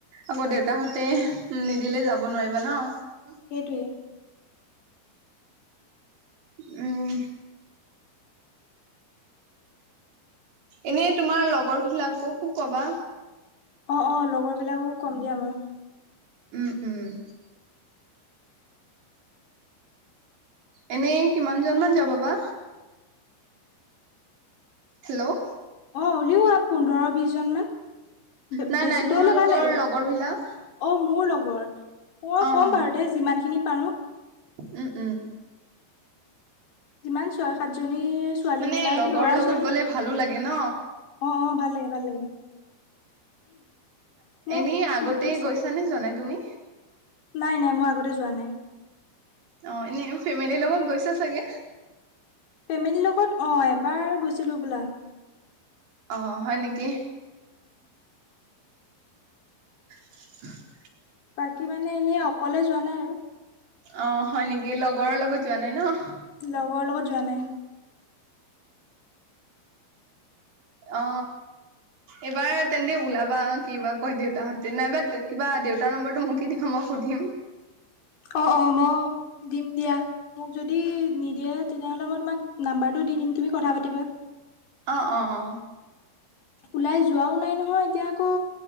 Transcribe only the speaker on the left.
সেইটোৱেই
অ অ লগৰ বিলাকো কম দিয়া মাৰ
অ উলিও আ পোন্ধৰ বিশজন মান
বেছিকৈ
হলে ভাল লিব অ
মোৰ লগৰ মই
ক'ম বাৰু দে যিমান খিনি পাৰো
যিমান ছয় সাতজনী ছোৱালী
ওলাল
লৰা
ছোৱালী
ওলাল
অ অ ভাল ভাল লাগে ভাল লাগে মই
সুধি চাম
নাই নাই মই আগতে যোৱা নাই
ফেমিলীৰ লগত অ এবাৰ গৈছিলোঁ বোলা
বাকী মানে এনেই অকলে যোৱা নাই আৰু
লগৰ লগত যোৱা নাই
অ অ ম দিম দিয়া মোক যদি নিদিয়ে তেনেহ'লে মই তোমাক নাম্বাৰটো দি দিম তুমি কথা পাতিবা
ওলাই যোৱাও নাই নহয় এতিয়া আকৌ